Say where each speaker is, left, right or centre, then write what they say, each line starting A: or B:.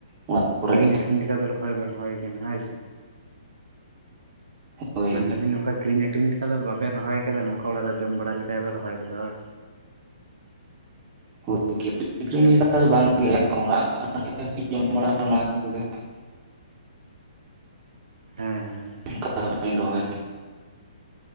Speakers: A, on the right; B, on the right.
A: ᱚᱲᱟᱜ ᱠᱚᱨᱮ
B: ᱠᱤᱨᱤᱧ
A: ᱜᱮ
B: ᱟᱹᱠᱷᱨᱤᱧ ᱞᱮᱠᱟ ᱫᱚ ᱨᱚᱦᱚᱭ ᱵᱟᱝ ᱦᱳᱭ ᱠᱟᱱᱟ ᱦᱳᱭ ᱥᱮ,
A: ᱦᱳᱭ
B: ᱢᱮᱱ ᱫᱟᱞᱤᱧ ᱱᱚᱝᱠᱟ ᱠᱤᱨᱤᱧ ᱟᱠᱷᱨᱤᱧ ᱞᱮᱠᱟ ᱫᱚ ᱵᱟᱵᱮᱱ ᱨᱚᱦᱚᱭ ᱟᱠᱟᱫᱟ ᱱᱚᱝᱠᱟ ᱚᱲᱟᱜ ᱨᱮ ᱡᱚᱢ ᱵᱟᱲᱟ ᱞᱮ ᱞᱮᱠᱟᱡ ᱵᱮᱱ ᱨᱚᱦᱚᱭ ᱠᱮᱫᱟ ᱦᱳᱭ, <unintelligible>
A: <inaudible>
B: ᱦᱮᱞᱳ ᱦᱮᱸ ᱦᱮᱸ,
A: ᱠᱟᱨᱵᱟᱧ ᱨᱚᱦᱚᱭ